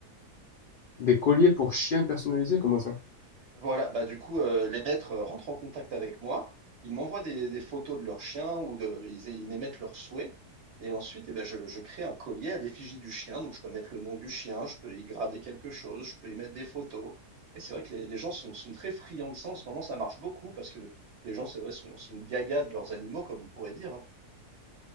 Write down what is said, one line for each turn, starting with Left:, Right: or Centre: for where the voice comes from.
Left: Des colliers pour chiens personnalisés, comment ça?
Right: Voilà, bah du coup, euh, les maîtres euh, rentrent en contact avec moi. Ils m'envoient des, des photos de leurs chiens ou de, ils, ils m'émettent leurs souhaits. Et ensuite, eh ben, je, je crée un collier à l'effigie du chien. Donc, je peux mettre le nom du chien, je peux y graver quelque chose, je peux y mettre des photos. Et c'est vrai que les, les gens sont, sont très friands de ça. En ce moment, ça marche beaucoup parce que les gens, c'est vrai, sont, sont gaga de leurs animaux, comme on pourrait dire. hein.